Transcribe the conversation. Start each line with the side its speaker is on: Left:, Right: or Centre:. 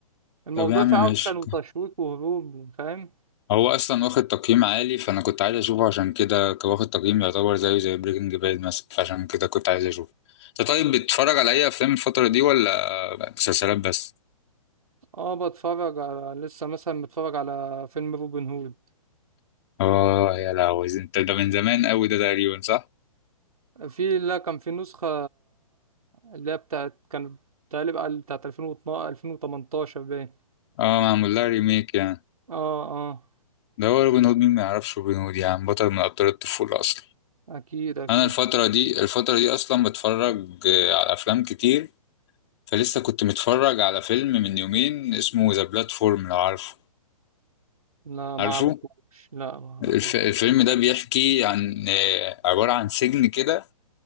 Right: الموضوع
Left: طب يا عم
Right: فيه
Left: ماشي
Right: أكشن وتشويق وهروب فاهم
Left: هو اصلا واخد تقييم عالي فانا كنت عايز اشوفه عشان كده كان واخد تقييم يعتبر زيه زي بريكنج باد مثلا فعشان كده كنت عايز اشوفه انت طيب بتتفرج على اي افلام الفتره دي ولا مسلسلات بس
Right: اه بتفرج على لسه مثلا بتفرج على فيلم روبن هود
Left: اه يا لهوي انت ده من زمان قوي ده تقريبا صح
Right: في لا كان في نسخة اللي هي بتاعت كانت تقريبا بتاعت 2012 2018 باين
Left: اه معمول لها ريميك يعني
Right: اه اه
Left: ده هو روبن هود مين ما يعرفش روبن هود يا عم بطل من ابطال الطفوله اصلا
Right: اكيد اكيد
Left: انا الفتره دي الفتره دي اصلا بتفرج آه، على افلام كتير فلسه كنت متفرج على فيلم من يومين اسمه ذا بلاتفورم لو عارفه
Right: لا ما
Left: عارفه
Right: اعرفوش لا ما اعرفوش
Left: الف- الفيلم ده بيحكي عن آه، عبارة عن سجن كده